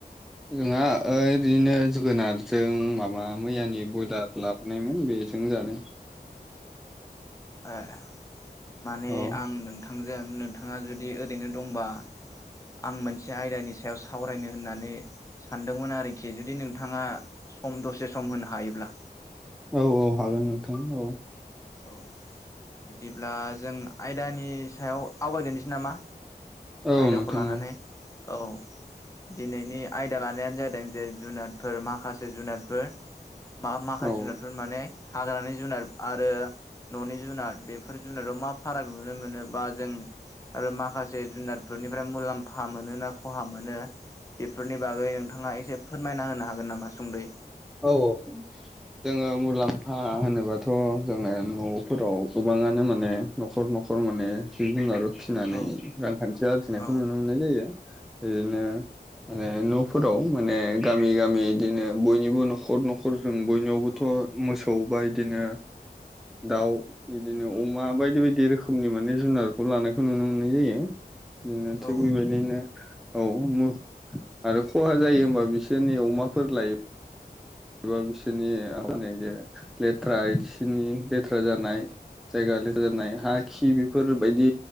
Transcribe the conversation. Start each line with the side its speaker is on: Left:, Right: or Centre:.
Centre: जोंहा ओरैनो जोगोनारजों माबा मैयानि बयलार लाबोनायमोन बे जों जादों
Left: ए माने
Centre: औ
Left: आं नोंथां थांजों नोंथाङा जुदि ओरैनो दंबा आं मोनसे आयदानि सायाव सावरायनो होननानै सानदोंमोन आरोखि जुदि नोंथाङा सम दसे सम होनो हायोब्ला।
Centre: औ औ हागोन नोंथां औ।
Left: औ बिदिब्ला जों आयदानि सायाव आवगायनोसै नामा?
Centre: औ
Left: आयदाखौ
Centre: नोंथां
Left: लानानै
Centre: औ
Left: औ दिनैनि आयदा लानायानो जादों जे जुनारफोर माखासे जुनादफोर मा मा
Centre: औ
Left: जुनारफोर माने हाग्रानि जुनार आरो न'नि जुनाद बेफोर जुनाराव मा फाराग नुनो मोनो बा जों आरो माखासे जुनारफोरनिफ्राय मुलाम्फा मोनो ना खहा मोनो? बेफोरनि बागै नोंथाङा एसे फोरमायना होनो हागोन नामा सुंदै।
Centre: औ औ जोङो मुलाम्फा होनोबाथ' जोङो न'फोराव गोबां गोबाङानो माने न'खर न'खर माने जिब जुनार फिनानै
Left: औ
Centre: रांखान्थि आरजिनायखौ
Left: औ
Centre: नुनो मोननाय जायो। बिदिनो माने न'फोराव माने गामि गामि इदिनो बय निबो न'खर न'खर जों बयनियावबोथ'
Left: औ
Centre: मोसौ बा इदिनो दाउ बिदिनो अमा बायदि बायदि रोखोमनि माने जुनारखौ लानायखौ नुनो मोननाय जायो‌। बिनो थिग
Left: औ
Centre: बेबायदिनो औ मुरख आरो खहा जायो होमबा बिसोरनि अमाफोर लायो। एबा बिसोरनि मा होनो जे लेथ्रा इसिनि लेथ्रा जानाय। जायगा लेथरा नाय हा खि बि फोरबायदि